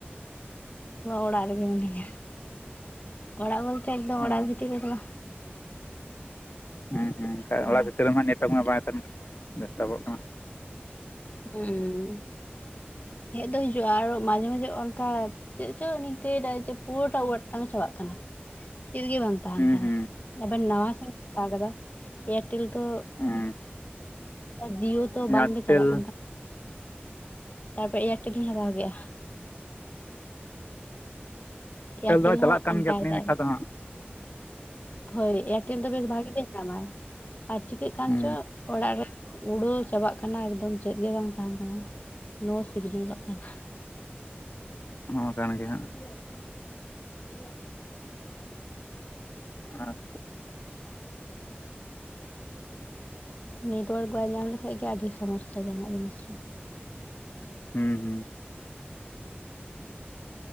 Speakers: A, on the left; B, on the left.
A: ᱚᱲᱟᱜ ᱨᱮᱜᱮ ᱢᱱᱟᱹᱧᱟ᱾ ᱚᱲᱟᱜ ᱵᱚᱞᱛᱮ ᱮᱠᱫᱚᱢ
B: ᱚ
A: ᱚᱲᱟᱜ ᱵᱷᱤᱛᱤᱨ ᱨᱮᱫᱚ ᱵᱟᱝ᱾
B: ᱦᱩᱸ ᱦᱩᱸ ᱠᱷᱟᱜ
A: ᱛᱷᱚᱲᱟ
B: ᱚᱲᱟᱜ ᱵᱷᱤᱛᱤᱨ ᱨᱮ ᱦᱟᱸᱜ ᱱᱮᱴᱣᱟᱨᱠ ᱢᱟ
A: ᱟᱨ
B: ᱵᱟᱭ ᱛᱟᱸᱦᱮᱱ ᱠᱟᱱᱟ ᱰᱮᱥᱛᱚ ᱠᱚᱜ ᱠᱟᱱᱟ।
A: ᱦᱩᱸ ᱦᱮᱡ ᱫᱚ ᱦᱤᱡᱩᱜᱼᱟ ᱟᱨᱚ ᱼᱼ ᱢᱟᱡᱷᱮ ᱢᱟᱡᱷᱮ ᱚᱱᱠᱟ ᱪᱮᱫ ᱪᱚ ᱱᱤᱝ ᱠᱟᱹᱭ ᱮᱫᱟ ᱡᱮ ᱯᱩᱨᱟ ᱴᱟᱣᱟᱨ ᱚᱴᱟᱝ ᱪᱟᱵᱟᱜ ᱠᱟᱱᱟ। ᱪᱮᱫ ᱜᱮ ᱵᱟᱝ ᱛᱟᱸᱦᱮᱱ
B: ᱦᱩᱸ
A: ᱠᱟᱱᱟ
B: ᱦᱩᱸ
A: ᱟᱵᱟᱨ ᱱᱟᱣᱟ ᱥᱤᱢᱤᱧ ᱦᱟᱛᱟᱣ ᱠᱟᱫᱟ। ᱮᱭᱟᱨᱴᱮᱞ ᱛᱚ
B: ᱦᱩᱸ
A: <unintelligible> ᱟᱨ ᱡᱤᱭᱳ ᱛᱚ
B: ᱮᱭᱟᱨᱴᱮᱞ
A: ᱵᱟᱝ ᱜᱮ ᱪᱟᱞᱟᱜ ᱠᱟᱱᱟ। ᱛᱟᱨᱯᱚᱨᱮ ᱮᱭᱟᱨᱴᱮᱞ ᱤᱧ ᱦᱟᱛᱟᱣ ᱠᱮᱜᱼᱟ। ᱮᱭᱟᱨᱴᱮᱞ
B: ᱫᱚ ᱪᱟᱞᱟᱜ
A: ᱦᱚᱸ
B: ᱠᱟᱱ
A: ᱚᱱᱠᱟ
B: ᱜᱮᱭᱟ
A: ᱭᱮᱫᱟᱭ।
B: ᱱᱤᱭᱟᱹ ᱞᱮᱠᱟ ᱫᱚ ᱦᱟᱸᱜ
A: ᱦᱳᱭ ᱮᱭᱟᱨᱴᱮᱞ ᱫᱚ ᱵᱮᱥ ᱵᱷᱟᱜᱤ ᱜᱮ ᱧᱟᱢᱟᱭ ᱟᱨ ᱪᱤᱠᱟᱹᱜ ᱠᱟᱱ
B: ᱦᱩᱸ
A: ᱪᱚ ᱚᱲᱟᱜ ᱨᱮ ᱩᱲᱟᱹᱣ ᱪᱟᱵᱟᱜ ᱠᱟᱱᱟ ᱮᱠᱫᱚᱢ ᱪᱮᱫ ᱜᱮ ᱵᱟᱝ ᱛᱟᱸᱦᱮᱱ ᱠᱟᱱᱟ ᱱᱚ ᱥᱤᱜᱱᱮᱞᱚᱜ ᱠᱟᱱᱟ।
B: ᱦᱚᱸ ᱠᱟᱱ ᱜᱮ ᱦᱟᱸᱜ
A: <unintelligible> <unintelligible>
B: ᱟᱨ
A: <inaudible> ᱱᱮᱴᱳᱣᱟᱨᱠ ᱵᱟᱭ ᱧᱟᱢ ᱞᱮᱠᱷᱟᱡ ᱜᱮ ᱟᱹᱰᱤ ᱥᱚᱢᱚᱥᱥᱟ ᱡᱟᱦᱟᱱᱟᱜ ᱡᱤᱱᱤᱥ ᱨᱮ।
B: ᱦᱩᱸ ᱦᱩᱸ